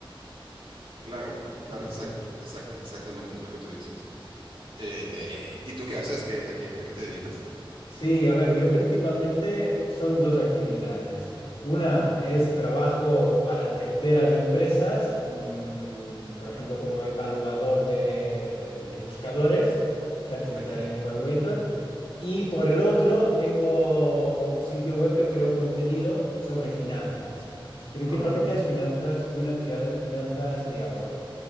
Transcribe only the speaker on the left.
¿no? Ujú.
Sí, a ver, yo principalmente son dos actividades. Una es trabajo para terceras empresas, mm, por ejemplo, como evaluador de, de buscadores, Certain
Evaluator. Y por el otro, tengo un sitio web que creo contenido sobre finanzas. Principalmente
es finanzas, financia- finanzas y ahorro.